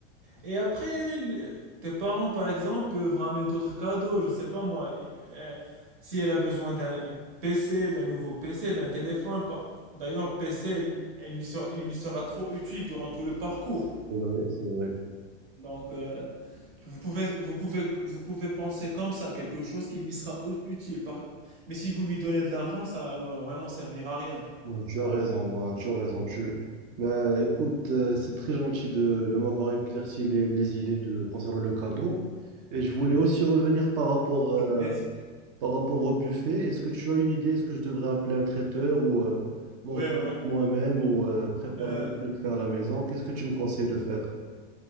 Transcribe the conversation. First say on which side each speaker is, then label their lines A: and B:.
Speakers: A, on the right; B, on the right.
A: Et après, le- tes parents, par exemple, peuvent ramener d'autres cadeaux. Je sais pas moi. euh, si elle a besoin d'un PC, d'un nouveau PC, d'un téléphone. par- D'ailleurs, le PC, elle- elle lui sera, il lui sera trop utile durant tout le parcours.
B: C'est vrai, c'est vrai.
A: Donc, euh, vous pouvez, vous pouvez, vous pouvez penser comme ça, quelque chose qui lui sera u- utile. Par- Mais si vous lui donnez de l'argent, ça va vraiment servir à rien.
B: Ouais, tu as raison, Laura, tu as raison. Tu... Ben, écoute, euh, c'est très gentil de, de m'avoir éclairci les, les idées de, concernant le cadeau. Et je voulais aussi revenir par rapport, euh,
A: Plaisir.
B: par rapport au buffet. Est-ce que tu as une idée? Est-ce que je devrais appeler un traiteur ou euh, m'organiser
A: Ouais, ouais.
B: moi-même ou euh, préparer
A: Euh,
B: le truc faire à la maison? Qu'est-ce que tu me conseilles de faire?